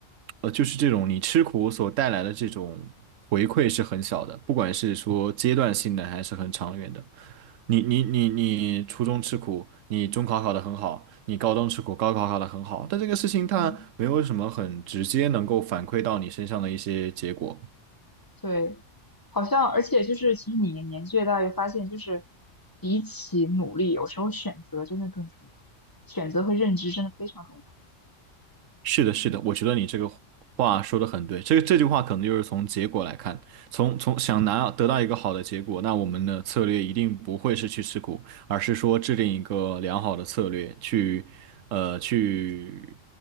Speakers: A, on the right; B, on the left.
A: 呃，就是这种你吃苦所带来的这种回馈是很小的，不管是说阶段性的还是很长远的。你你你你初中吃苦，你中考考得很好，你高中吃苦，高考考得很好，但这个事情它没有什么很直接能够反馈到你身上的一些结果。
B: 嗯。对，好像而且就是，其实你年纪越大，越发现就是，比起努力，有时候选择真的更重要，选择和认知真的非常重要。
A: 是的，是的，我觉得你这个话说的很对。这个这句话可能就是从结果来看，从从想拿得到一个好的结果，那我们的策略一定不会是去吃苦，而是说制定一个良好的策略，去呃去